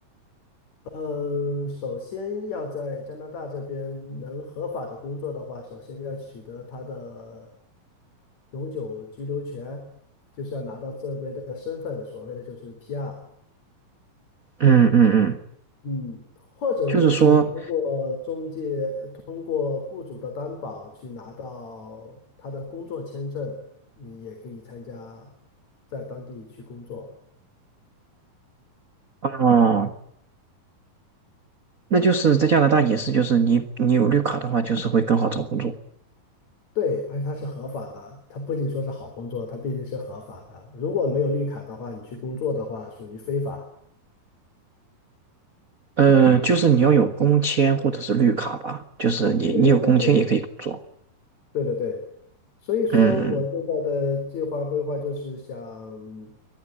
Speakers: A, on the left (about 55°); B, on the right (about 65°).
A: 嗯，首先要在加拿大这边能合法的工作的话，首先要取得他的永久居留权，就是要拿到这边的身份，所谓的就是 PR。
B: 嗯嗯嗯，
A: 嗯，或者就是通过中介，
B: 就是说，
A: 呃通过雇主的担保去拿到他的工作签证，你也可以参加在当地去工作。
B: 哦。那就是在加拿大也是，就是你你有绿卡的话，就是会更好找工作。
A: 对，而且它是合法的，它不仅说是好工作，它毕竟是合法的。如果没有绿卡的话，你去工作的话，属于非法。
B: 呃，就是你要有工签或者是绿卡吧，就是你你有工签也可以做。
A: 对对对对对对对，所以说我现在的计划规划就是想
B: 嗯嗯，